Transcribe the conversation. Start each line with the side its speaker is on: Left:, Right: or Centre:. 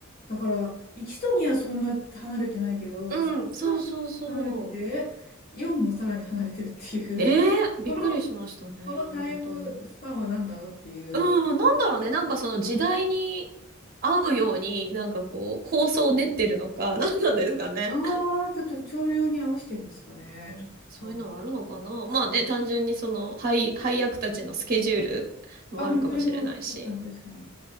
Left: だから、1と2はそんな離れてないけど、
Right: うん、
Left: 3が
Right: そうそうそ
Left: 離れてて、4もさらに離れてるっていう、
Right: う。ねえ、びっくりしましたね、
Left: <laughs> この、このタイムスパンは何なのっていう。
Right: 本当に。うん、なんだろうね、なんかその時代に合うように、なんかこう、構想を練ってるのか、<laughs> なんなんですかね。
Left: ああ、ちょっと潮流に合わせてんですかね。
Right: うんそういうのはあるのかなまあね、
Left: ちょっとわかんない。
Right: 単純にその配、配役たちのスケジュールもあるかもしれないし。
Left: あ、もうそれも、確かに確かに。